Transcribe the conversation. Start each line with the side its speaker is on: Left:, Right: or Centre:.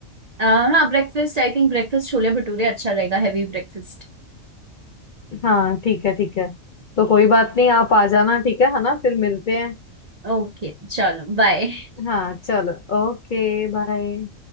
Right: अ, हाँ breakfast I think breakfast chole bhature अच्छा रहेगा हैवी ब्रेकफास्ट
Left: हाँ ठीक है ठीक है तो कोई बात नहीं आप आ जाना ठीक है है ना फिर मिलते हैं
Right: ओके चलो बाय
Left: हाँ चलो Okay bye